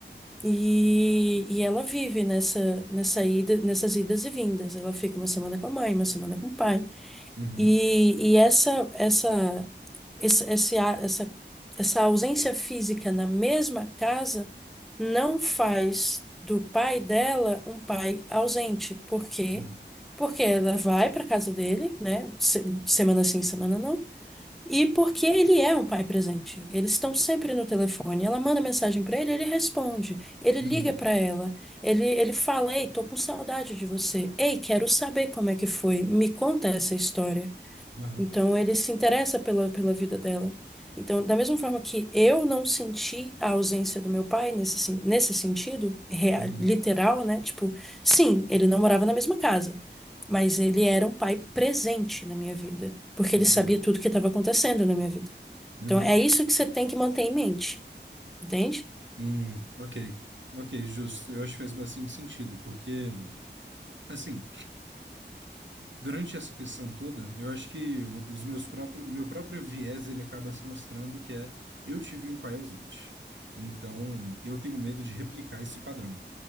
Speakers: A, in the centre; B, on the right.
A: e, e ela vive nessa, nessa ida, nessas idas e vindas. Ela fica uma semana com a mãe, uma semana com o pai.
B: uhum.
A: E, e essa, essa esse- esse a- essa, essa ausência física na mesma casa não faz do pai dela um pai ausente. Por quê?
B: Uhum.
A: Porque ela vai para casa dele, né? se- Semana sim, semana não. E porque ele é um pai presente. Eles estão sempre no telefone. Ela manda mensagem para ele, ele responde. Ele
B: Uhum.
A: liga para ela. Ele, ele fala: Ei, tô com saudade de você. Ei, quero saber como é que foi. Me conta essa história.
B: Aham.
A: Então ele se interessa pela, pela vida dela. Então, da mesma forma que eu não senti a ausência do meu pai nesse, sen- nesse sentido, real,
B: Uhum.
A: literal, né? Tipo, sim, ele não morava na mesma casa, mas ele era um pai presente na minha vida, porque
B: Entendo.
A: ele sabia tudo que estava acontecendo na minha vida.
B: Uhum.
A: Então, é isso que você tem que manter em mente, entende?
B: Hum, ok. Ok, justo. Eu acho que faz bastante sentido, porque, assim, durante essa questão toda, eu acho que o- os meus próprios, o meu próprio viés, ele acaba se mostrando que é, eu tive um pai ausente. Então, eu tenho medo de replicar esse padrão,